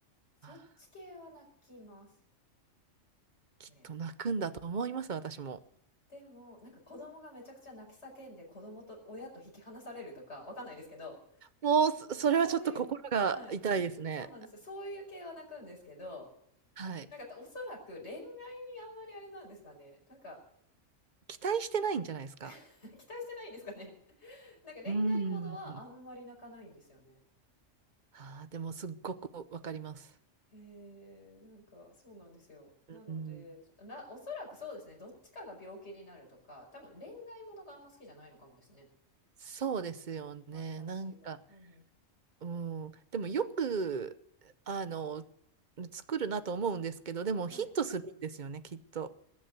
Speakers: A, on the left (about 55°); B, on the right (about 40°).
A: そっち系は泣きます。
B: あ。きっと泣くんだと思います、
A: ね。
B: 私も。
A: でも、なんか子供がめちゃくちゃ泣き叫んで、子供と親と引き離されるとか、わかんないですけど、
B: もう、そそれはちょっと心が痛いですね。
A: そういうはい。そうなんですよ。そういう系は泣くんですけど、
B: はい。
A: なんかおそらく恋愛にあんまりあれなんですかね。なんか
B: 期待してないんじゃないですか。
A: <laughs> 期待してないんですかね。なんか恋愛ものはあんまり泣かないんですよね。
B: うん。あーでもすっごくわかります。
A: えー、なんかそうなんですよ。なので、
B: うん。
A: ら、おそらくそうですね、どっちかが病気になるとか、多分恋愛ものがあんま好きじゃないのかもですね。
B: そうですよね。
A: 私は。
B: なんか、
A: うん。
B: うん。でもよく、あの、作るなと思うんですけど、でもヒットするんですよね、
A: はい。
B: きっと。